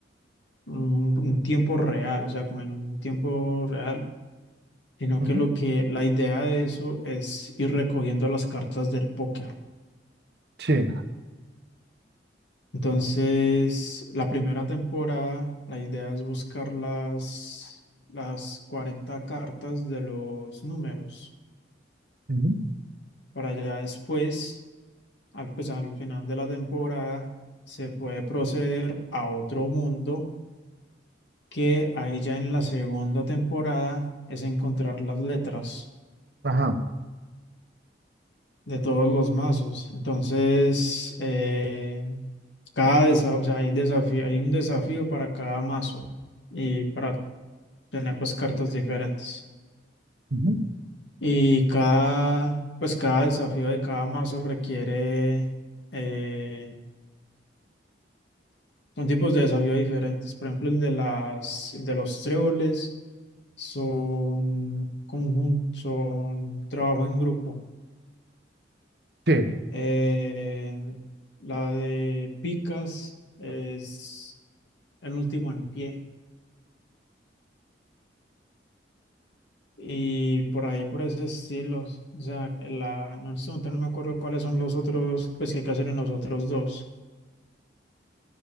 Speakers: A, on the left (about 80°); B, on the right (about 65°).
A: un, un tiempo real, o sea, como en un tiempo real sino
B: Ujú.
A: que lo que la idea de eso es ir recogiendo las cartas del póker.
B: Sí.
A: Entonces, la primera temporada, la idea es buscar las, las 40 cartas de los números.
B: Ujú.
A: Para ya después, al, pues, al final de la temporada, se puede proceder a otro mundo que ahí ya en la segunda temporada es encontrar las letras.
B: Ajá.
A: de todos los mazos. Entonces, eh, cada desa- o sea, hay desafío, hay un desafío para cada mazo y para tener pues cartas diferentes.
B: Ujú.
A: Y cada, pues cada desafío de cada mazo requiere, eh, son tipos de desafío diferentes. Por ejemplo, el de las, el de los tréboles son conjunto, son trabajo en grupo.
B: Sí.
A: Eh, la de Picas es el último en pie. Y por ahí, por ese estilo. O sea, la, en este momento no me acuerdo cuáles son los otros, pues que hay que hacer en los otros dos.